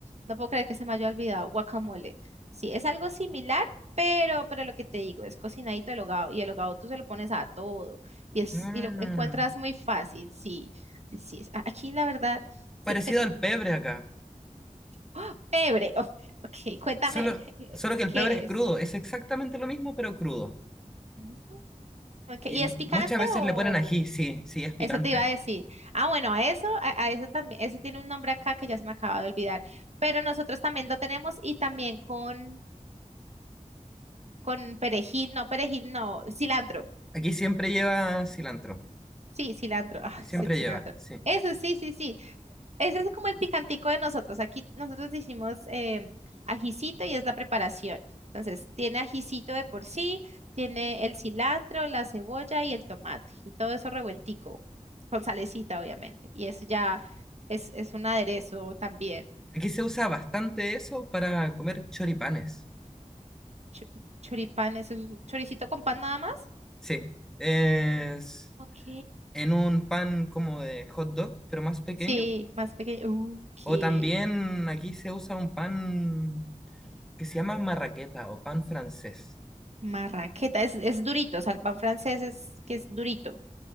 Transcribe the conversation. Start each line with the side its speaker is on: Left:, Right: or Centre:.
Right: no puedo creer que se me haya olvidado, guacamole. Sí, es algo similar, pero, pero lo que te digo, es cocinadito el hogao, y el hogao tú se lo pones a todo, y, es,
Centre: Ah,
Right: y lo encuentras muy fácil, sí, sí, sí, es- a- aquí la verdad se,
Centre: parecido
Right: se come,
Centre: al pebre acá.
Right: ¡Ah! pebre, ok, ok, cuéntame,
Centre: Solo,
Right: <laughs>
Centre: solo que el
Right: ¿qué
Centre: pebre es
Right: es?
Centre: crudo. Es exactamente lo mismo, pero crudo.
Right: Ujú, ok,
Centre: Y
Right: ¿y es picante
Centre: muchas veces
Right: o...?
Centre: le ponen ají, sí, sí, es picante.
Right: Eso te iba a decir. Ah, bueno, a eso, a, a eso también, eso tiene un nombre acá que ya se me acaba de olvidar. Pero nosotros también lo tenemos y también con, con perejil, no, perejil, no, cilantro.
Centre: Aquí siempre lleva cilantro,
Right: Sí, cilantro. <laughs> Ah,
Centre: siempre
Right: es el cilantro.
Centre: lleva, sí.
Right: Eso sí, sí, sí. Ese es como el picantico de nosotros. Aquí nosotros decimos eh, ajicito y es la preparación. Entonces, tiene ajicito de por sí, tiene el cilantro, la cebolla y el tomate y todo eso revueltico, con salecita, obviamente. Y eso ya es, es un aderezo también.
Centre: Aquí se usa bastante eso para comer choripanes.
Right: Chu- Choripán, eso es un choricito con pan nada más.
Centre: Sí, es
Right: Ok.
Centre: en un pan como de hot dog, pero más pequeño.
Right: Sí, más pequeño. Uh, qué
Centre: O también aquí se usa un pan que se llama marraqueta o pan francés.
Right: marraqueta. Es, es durito, o sea, el pan francés es que es durito.